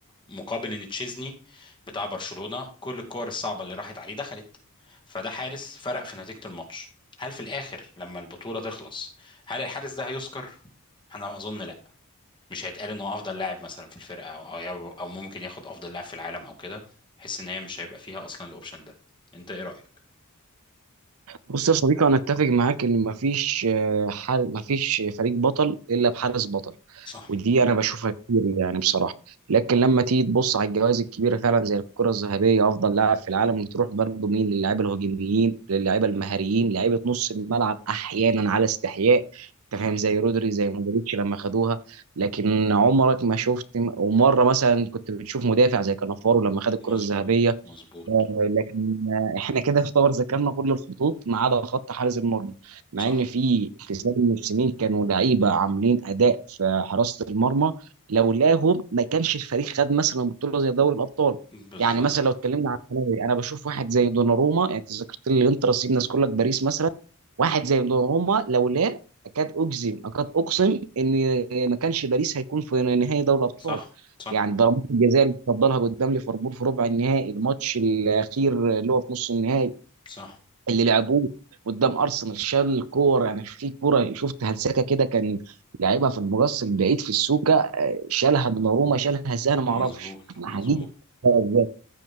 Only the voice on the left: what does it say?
مقابل ان تشيزني بتاع برشلونة كل الكور الصعبة اللي راحت عليه دخلت فده حارس فرق في نتيجة الماتش هل في الاخر لما البطولة تخلص هل الحارس ده هيذكر انا اظن لا مش هيتقال ان هو افضل لاعب مثلا في الفرقة او او أو ممكن ياخد افضل لاعب في العالم او كده حس ان هي مش هيبقى فيها اصلا الاوبشن ده انت ايه رأيك
صح
صح
مظبوط
مظبوط
صح
بالظبط
مم.
صح صح
صح
مظبوط
مظبوط